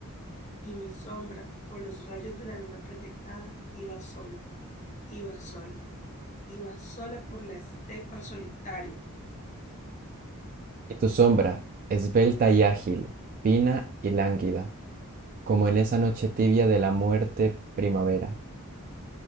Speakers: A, on the left (about 30°); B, on the right (about 40°).
A: y mi sombra, por los rayos de la luna proyectada, iba sola, iba sola, iba sola por la estepa solitaria
B: Y tu sombra, esbelta y ágil, fina y lánguida, como en esa noche tibia de la muerte primavera.